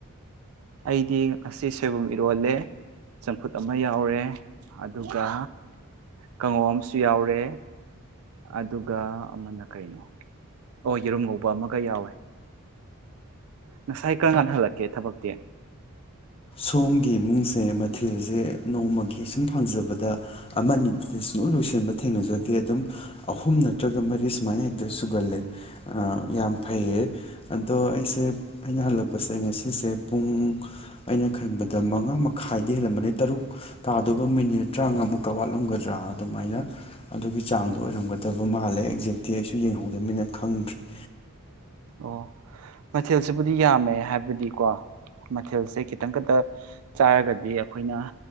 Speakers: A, on the right; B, on the left.
A: ꯑꯩꯗꯤ ꯉꯁꯤ ꯁꯣꯏꯕꯨꯝ ꯏꯔꯣꯜꯂꯦ ꯆꯝꯐꯨꯠ ꯑꯃ ꯌꯥꯎꯔꯦ ꯑꯗꯨꯒ ꯀꯥꯡꯉꯧ ꯑꯃꯁꯨ ꯌꯥꯎꯔꯦ ꯑꯗꯨꯒ ꯑꯃꯅ ꯀꯩꯅꯣ ꯑꯣ ꯌꯦꯔꯨꯝ ꯉꯧꯕ ꯑꯃꯒ ꯌꯥꯎꯋꯦ ꯉꯁꯥꯏ ꯀꯔꯝ ꯀꯥꯟ ꯍꯜꯂꯛꯀꯦ ꯊꯕꯛꯇꯤ
B: ꯁꯣꯝꯒꯤ ꯏꯃꯨꯡꯁꯦ ꯃꯊꯜꯁꯦ ꯅꯣꯡꯃꯒꯤ ꯁꯨꯝ ꯐꯪꯖꯕꯗ ꯑꯃꯅꯤꯗꯤ ꯁꯨꯡꯂꫭꯏ ꯂꯣꯏꯁꯟꯕ ꯊꯦꯡꯅꯖꯗꯦ ꯑꯗꯨꯝ ꯑꯍꯨꯝ ꯅꯠꯇ꯭ꯔꯒ ꯃꯔꯤ ꯁꯨꯃꯥꯏꯅ ꯍꯦꯛꯇ ꯁꯨꯒꯜꯂꯦ ꯌꯥꯝ ꯐꯩꯌꯦ ꯑꯗꯣ ꯑꯩꯁꯦ ꯑꯩꯅ ꯍꯜꯂꯛꯄꯁꯦ ꯉꯁꯤꯁꯦ ꯄꯨꯡ ꯑꯩꯅ ꯈꯟꯕꯗ ꯃꯉꯥ ꯃꯈꯥꯏꯗꯤ ꯍꯦꯜꯂꯝꯕꯅꯤ ꯇꯔꯨꯛ ꯇꯥꯗꯧꯕ ꯃꯤꯅꯤꯠ ꯇꯔꯥꯃꯉꯥꯃꯨꯛꯀ ꯋꯥꯠꯂꯝꯒꯗ꯭ꯔꯥ ꯑꯗꯨꯃꯥꯏꯅ ꯑꯗꯨꯒꯤ ꯆꯥꯡꯗꯣ ꯑꯣꯏꯔꯝꯒꯗꯕ ꯃꯥꯜꯂꯦ ꯑꯦꯛꯖꯦꯛꯇꯤ ꯑꯩꯁꯨ ꯌꯦꯡꯍꯧꯗꯕꯅꯤꯅ ꯈꯪꯗ꯭ꯔꯔꯤ
A: ꯑꯣ ꯃꯊꯦꯜꯁꯤꯕꯨꯗꯤ ꯌꯥꯝꯃꯦ ꯍꯥꯏꯕꯗꯤꯀꯣ ꯃꯊꯦꯜꯁꯦ ꯈꯤꯇꯪ ꯈꯛꯇ ꯆꯥꯔꯒꯗꯤ ꯑꯩꯈꯣꯏꯅ